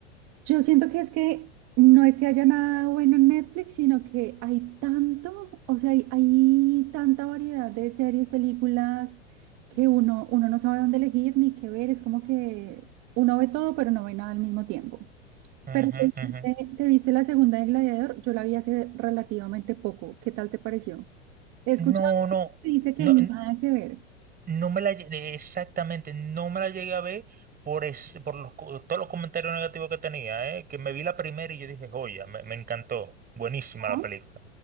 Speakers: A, on the right; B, on the right.
A: Yo siento que es que no es que haya nada bueno en Netflix, sino que hay tanto, o sea, hay, hay tanta variedad de series, películas, que uno, uno no sabe dónde elegir ni qué ver. Es como que uno ve todo, pero no ve nada al mismo tiempo. Pero
B: Ujú,
A: te, viste
B: ujú.
A: te viste la segunda de Gladiador, yo la vi hace relativamente poco. ¿Qué tal te pareció? He escuchado
B: No, no,
A: que dice que
B: no.
A: nada que ver.
B: No me la, lle- eh, exactamente, no me la llegué a ver por, es- por los, co- todos los comentarios negativos que tenía, eh, que me vi la primera y yo dije, joya, me, me encantó, buenísima
A: Ah,
B: la película.